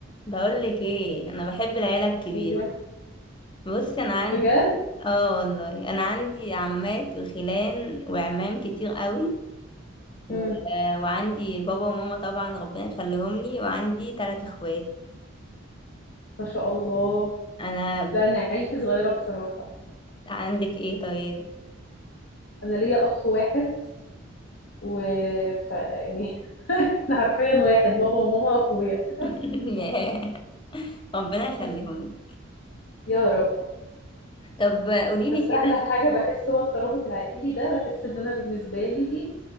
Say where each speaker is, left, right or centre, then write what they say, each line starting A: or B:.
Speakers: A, on the left (about 25°); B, on the left (about 55°).
A: بقولك ايه انا بحب العيله الكبيره
B: هي
A: بص انا عندي
B: بجد
A: اه والله انا عندي عمات وخلان وعمام كتير قوي و...
B: امم
A: وعندي بابا وماما طبعا ربنا يخليهم لي وعندي ثلاث اخوات
B: ما شاء الله
A: انا
B: لا انا عيلتي صغيره بصراحه
A: عندك ايه طيب
B: انا ليا اخ واحد و ف... يعني <laughs> احنا حرفيا واحد بابا وماما واخويا
A: <laughs> ياه، ربنا يخليهم
B: مم.
A: لي
B: يا رب
A: طب قولي
B: بس
A: لي كده
B: احلى حاجه بحس هو الترابط العائلي ده بحس ان انا بالنسبه لي